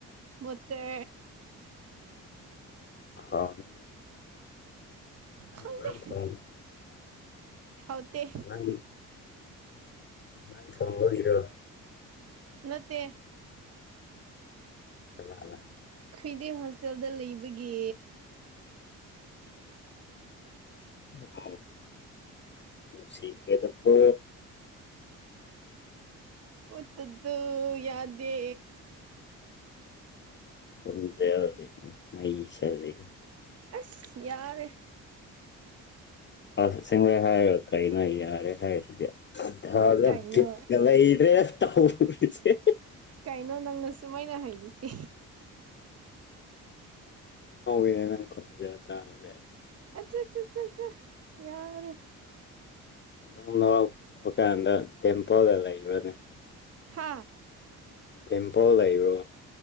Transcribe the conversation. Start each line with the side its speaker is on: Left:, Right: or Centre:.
Right: ꯃꯠꯇꯦ
Left: ꯍꯥꯎꯅꯦ
Right: ꯈꯪꯗꯦ
Left: ꯑ ꯅꯥꯟ ꯊ
Right: ꯍꯥꯎꯇꯦ
Left: ꯅꯪ ꯅꯪ ꯊꯣꯡꯕ ꯍꯔꯣ
Right: ꯅꯠꯇ
Left: ꯑꯂ
Right: ꯈꯣꯏꯗꯦ ꯍꯣꯁꯇꯦꯜꯗ ꯂꯩꯕꯒꯤ
Left: ꯑ ꯃꯁꯤꯁꯤꯈꯔꯗꯀ
Right: ꯃꯠꯇꯗꯨ ꯌꯥꯗꯦ
Left: ꯈꯨꯖꯎꯗꯤ ꯃꯩꯁꯔꯤ
Right: ꯑꯁ ꯌꯥꯔꯦ
Left: ꯑꯁ ꯁꯤꯡꯦ ꯍꯥꯏꯌ ꯀꯩꯅ ꯌꯥꯔꯦ ꯍꯥꯏ ꯁꯤꯗꯤ ꯂ
Right: ꯀꯩꯅꯣ
Left: ꯀꯠꯒꯂ ꯏꯗ꯭ꯔꯦ ꯇꯁꯦ
Right: ꯀꯩꯅꯣ ꯅꯪꯅ ꯁꯨꯃꯥꯏꯅ ꯍꯥꯏꯗꯨꯁ
Left: ꯑꯅ ꯅ ꯈꯖ ꯇ ꯍꯧꯖꯦ
Right: ꯑꯠꯆꯥꯠ ꯌꯥꯔꯦ
Left: ꯅꯪ ꯅꯔꯛꯄ ꯀꯥꯟꯗ ꯇꯦꯝꯄꯜꯒ ꯂꯩꯕ꯭ꯔꯅꯦ
Right: ꯍꯥꯥ
Left: ꯇꯦꯝꯄꯜ ꯂꯩꯕ꯭ꯔꯣ